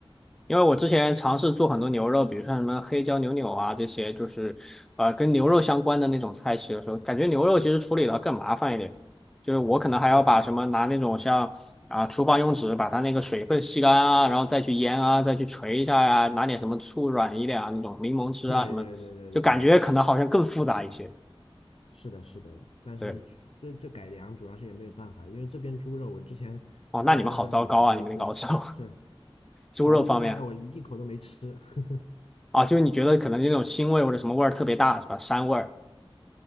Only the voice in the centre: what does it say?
因为我之前尝试做很多牛肉，比如像什么黑椒牛柳啊这些，就是呃跟牛肉相关的那种菜系的时候，感觉牛肉其实处理的更麻烦一点，就是我可能还要把什么拿那种像啊厨房用纸把它那个水分吸干啊，
然后再去腌啊，再去捶一下呀、拿点什么醋软一点啊，那种柠檬汁啊什么，
就感觉可能好像更复杂一些。
对，
哦，那你们好糟糕啊，你们那个熬烧
<laughs> 猪肉方面
啊，就是你觉得可能那种腥味或者什么味儿特别大是吧？膻味儿。